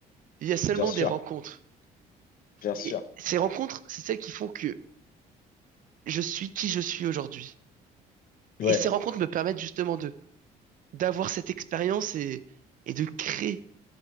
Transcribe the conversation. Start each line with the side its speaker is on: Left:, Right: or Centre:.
Right: Il y a seulement
Left: Bien sûr.
Right: des rencontres.
Left: Bien sûr.
Right: Et ces rencontres, c'est celles qui font que je suis qui je suis aujourd'hui.
Left: Ouais.
Right: Et ces rencontres me permettent justement de d'avoir cette expérience et, et de créer,